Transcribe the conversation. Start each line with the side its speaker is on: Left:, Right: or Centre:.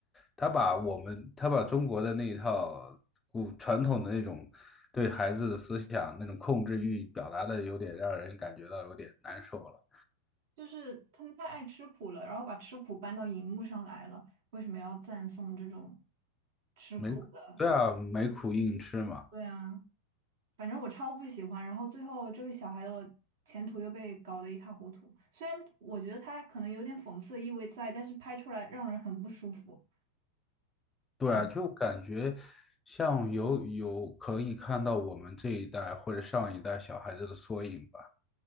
Left: 他把我们他把中国的那一套古传统的那种对孩子的思想那种控制欲表达的有点让人感觉到有点难受了，
Right: 就是他们太爱吃苦了，然后把吃苦搬到荧幕上来了，为什么要赞颂这种吃苦的？
Left: 没对啊，没苦硬吃嘛，
Right: 对啊，反正我超不喜欢。然后最后这个小孩的前途又被搞得一塌糊涂，虽然我觉得他可能有点讽刺意味在，但是拍出来让人很不舒服。
Left: 对啊，
Right: 嗯，
Left: 就感觉像有有可以看到我们这一代或者上一代小孩子的缩影吧。